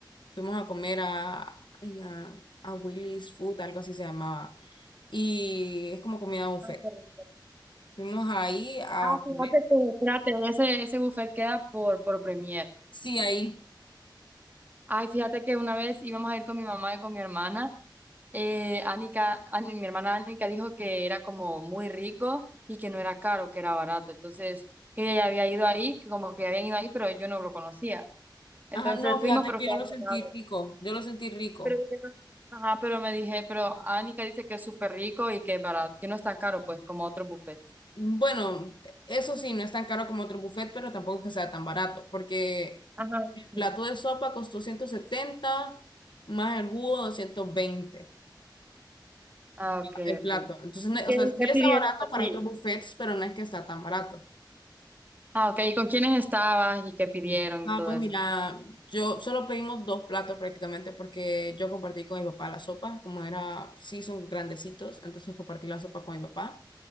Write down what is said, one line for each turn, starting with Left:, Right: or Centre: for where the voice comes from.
Left: fuimos a comer a, ay, a, a Willy's Food, algo así se llamaba, y es como comida buffet.
Right: Ah, qué rico.
Left: Fuimos ahí a
Right: Ah, fíjate
Left: comer,
Right: que, espérate, ese, ese buffet queda por, por Premier.
Left: sí, ahí.
Right: Ay, fíjate que una vez íbamos a ir con mi mamá y con mi hermana. Eh, Anika, Ani- mi hermana Anika dijo que era como muy rico y que no era caro, que era barato. Entonces, que ella ya había ido ahí, que como que habían ido ahí, pero yo no lo conocía. Entonces
Left: Ajá, no, fíjate
Right: fuimos, pero
Left: que
Right: estaba
Left: yo lo
Right: cerrado.
Left: sentí rico, yo lo sentí rico.
Right: Pero, yo no- ajá, pero me dije, pero Anika dice que es súper rico y que es barato, que no es tan caro, pues, como otros buffets.
Left: Bueno, eso sí, no es tan caro como otro buffet, pero tampoco es que sea tan barato, porque
Right: Ajá.
Left: el
Right: Sí.
Left: plato de sopa costó 170 más el jugo 220
Right: Ah, ok,
Left: el plato.
Right: ok.
Left: Entonces, no-
Right: ¿Y qué,
Left: o sea, sí
Right: qué pidieron
Left: está barato
Right: así?
Left: para otros buffets, pero no es que está tan barato.
Right: Ah, ok. ¿Y con quiénes estabas y qué pidieron y
Left: Ah,
Right: todo
Left: pues
Right: eso?
Left: mira, yo solo pedimos dos platos prácticamente porque yo compartí con mi papá la sopa, como era, sí son grandecitos, entonces compartí la sopa con mi papá.